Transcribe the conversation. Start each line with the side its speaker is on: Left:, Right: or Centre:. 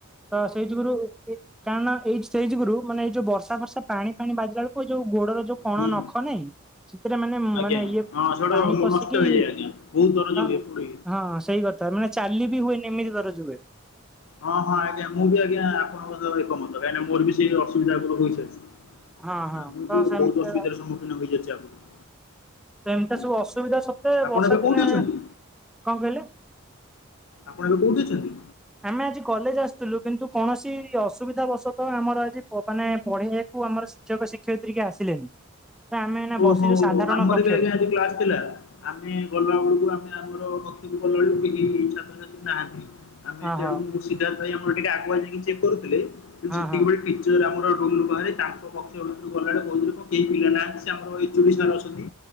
Centre: ତ ସେଇ ଯୁଗୁରୁ ଏ କାଣ ଏଇ ସେଇ ଯୁଗୁରୁ ମାନେ ଏ ଯୋଉ ବର୍ଷା ଫର୍ଷା ପାଣି ପାଣି ବାଜିଲା ବେଳକୁ ଏଇ ଯୋଉ ଗୋଡର ଯୋଉ କଣ
Left: ହୁଁ
Centre: ନଖ ନାଇଁ ସେଥିରେ ମାନେ
Left: ଆଜ୍ଞା
Centre: ମାନେ ଇଏ
Left: ହଁ ସେଗୁଡା
Centre: ପାଣି
Left: ମୋ
Centre: ପଶିକି
Left: ନଷ୍ଟ ହେଇଯାଏ ଆଜ୍ଞା ବହୁତ ଦରଜ
Centre: ହଁ
Left: ହୁଏ ପୋଡେ।
Centre: ହଁ ସେଇ କ ତା ମାନେ ଚାଲି ବି ହୁଏନ ଏମିତି ଦରଜ ହୁଏ।
Left: ହଁ ହଁ ଆଜ୍ଞା ମୁଁ ବି ଆଜ୍ଞା ଆପଣଙ୍କ ସହ ଏକମତ କାହିଁକି ନା ମୋର ବି ସେଇ ଅସୁବିଧା ପୁର ହୋଇସାରଚି।
Centre: ହଁ ହଁ
Left: ଆ ମୁଁ
Centre: ତ
Left: ବି
Centre: ସେମିତି
Left: ବହୁତ ଅସୁବିଧାର ସମ୍ମୁଖୀନ ହେଇଯାଇଛି ଆଗରୁ।
Centre: ତ ଏମିତିଆ
Left: ହୁଁ।
Centre: ସବୁ ଅସୁବିଧା ସତ୍ତ୍ୱେ
Left: ଆପଣ
Centre: ବର୍ଷା
Left: ଏବେ କୋଉଠି
Centre: ଦିନେ
Left: ଅଛନ୍ତି
Centre: କଂ କହିଲେ?
Left: ଆପଣ ଏବେ କୋଉଠି ଅଛନ୍ତି?
Centre: ଆମେ ଆଜି କଲେଜ ଆସୁଥିଲୁ କିନ୍ତୁ କୌଣସି ଅସୁବିଧା ବଶତଃ ଆମର ଆଜି କ ମାନେ ପଢେଇବାକୁ ଆମର ଶିକ୍ଷକ ଶିକ୍ଷୟିତ୍ରୀ କିଏ ଆସିଲେନି। ତ ଆମେ ଏଇନା ବସିଛୁ
Left: ଓହୋ
Centre: ସାଧାରଣ
Left: ଆମର
Centre: କକ୍ଷରେ।
Left: ବି ଆଜ୍ଞା ଆଜି କ୍ଲାସ ଥିଲା। ଆମେ ଗଲା ବେଳକୁ ଆମେ ଆମର କକ୍ଷକୁ ଗଲାବେଳକୁ କେହି ଛାତ୍ରଛାତ୍ରୀ ନାହାନ୍ତି। ଆମେ
Centre: ଓହୋ
Left: ତେଣୁ ସିଧାର୍ଥ ଭାଇ ଆମର ଟିକେ ଆଗୁଆ ଯାଇକି ଚେକ୍ କରୁଥିଲେ କିନ୍ତୁ
Centre: ହଁ
Left: ସେତିକିବେଳେ
Centre: ହଁ ହଁ
Left: ଟିଚର ଆମର ରୁମରୁ ବାହାରି ତାଙ୍କ କକ୍ଷ ଭିତରକୁ ଗଲା ବେଳକୁ କହୁଥିଲେ କେହି ପିଲା ନାହାନ୍ତି। ଆମର ଏଚ୍ଓଡ଼ି ସାର୍ ଅଛନ୍ତି